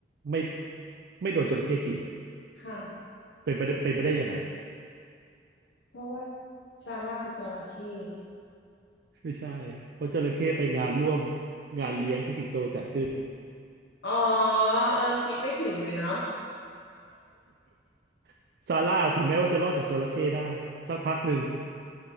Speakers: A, on the right; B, on the left.
A: ไม่ไม่โดนจระเข้กิน
B: ค่ะ
A: เป็นไปได้เป็นไปได้ยังไง
B: เพราะว่าซาร่าคือจระเข้
A: ไม่ใช่เพราะจระเข้ไปงานร่วมงานเลี้ยงที่สิงโตจัดขึ้น
B: อ๋อเออคิดไม่ถึงเลยเนาะ
A: <laughs> ซาร่าถึงแม้ว่าจะรอดจากจระเข้ได้สักพักหนึ่ง